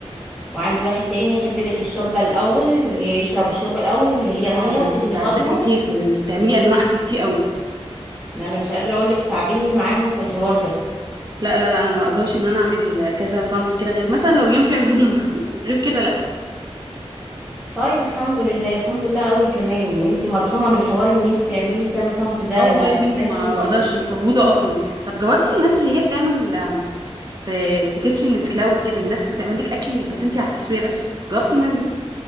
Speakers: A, in the centre; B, on the right.
A: وعندي واحد تاني يحب لك الشوربة الأول اللي يشرب الشوربة الأول اللي هي
B: آه،
A: مية
B: ده انت
A: تملى
B: بتعذبي
A: بطنه
B: يا شيخه ده انت بتعملي انواع اكل كتير قوي
A: ما أنا مش قادرة أقول لك تعبني معاهم في الحوار ده
B: لا لا لا انا ما اقدرش ان انا اعمل كذا صنف كده غير مثلا لو يوم في عزومه <laughs> غير كده لا
A: طيب الحمد لله الحمد لله قوي كمان إن أنت مرحومة من حوار إن أنت تعملي كذا صنف ده
B: اه والله
A: أنا
B: يا
A: تعبانة
B: بنتي ما
A: قوي
B: بقدرش
A: فيه
B: مفوضه اصلا طب جاوبتي الناس اللي هي بتعمل آم، في في كيتشن الكلاود كده الناس بتعمل لك اكل بس انتي على التسويه بس جاوبتي الناس دي